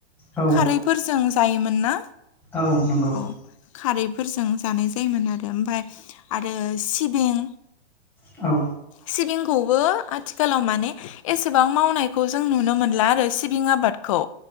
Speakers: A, in the centre; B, on the left.
A: औ
B: खारैफोरजों जायोमोन ना?
A: औ नंगौ।
B: औ खारैफोरजों जानाय जायोमोन आरो ओमफाय आरो सिबिं
A: औ
B: सिबिंखौबो आथिखालाव माने एसेबां मावनायखौ जों नुनो मोनला आरो सिबिं आबादखौ।